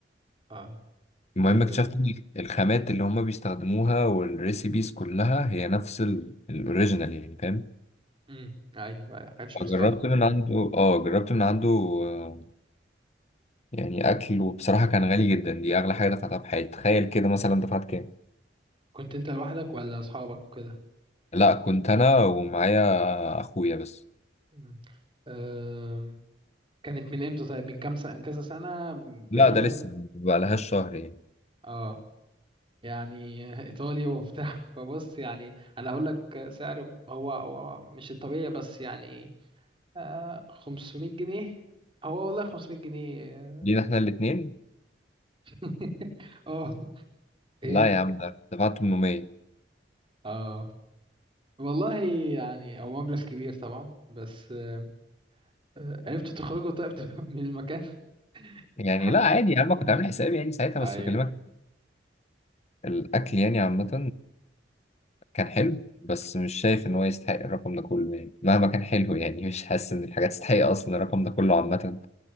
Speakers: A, on the right (about 30°); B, on the left (about 40°).
A: اه
B: المهم
A: حلو
B: اكتشفت
A: ده
B: ان الخامات اللي هما بيستخدموها والريسيبيز كلها هي نفس الاوريجينال يعني فاهم
A: امم ايوه ما كانتش مصطنع
B: جربت من عنده اه جربت من عنده آه، يعني اكل وبصراحة كان غالي جدا دي اغلى حاجة دفعتها في حياتي تخيل كده مثلا دفعت كام
A: كنت انت لوحدك ولا اصحابك وكده
B: لا كنت انا ومعايا اخويا بس
A: امم أم، كانت من امتى طيب من كام سنة من كذا سنة
B: لا
A: بعيدة
B: ده لسه ما بقالهاش
A: مم.
B: شهر يعني
A: اه يعني ايطالي وبتاع <laughs> فبص يعني انا هقول لك سعر هو هو مش الطبيعي بس يعني آه 500 جنيه هو والله 500 جنيه اه
B: جينا احنا الاتنين
A: <laughs> آه، ايه
B: لا يا عم ده دفعت 800
A: اه والله يعني هو مبلغ كبير طبعا بس آه آه، عرفت تخرجه طيب <laughs> من المكان <laughs>
B: يعني
A: الحمد
B: لا
A: لله
B: عادي يا عم
A: مم.
B: كنت عامل حسابي يعني ساعتها
A: ايوه
B: بس بكلمك الاكل يعني عامة كان حلو بس مش شايف ان هو يستحق الرقم ده كله يعني مهما كان حلو يعني مش حاسس ان الحاجات تستحق اصلا الرقم ده كله عامه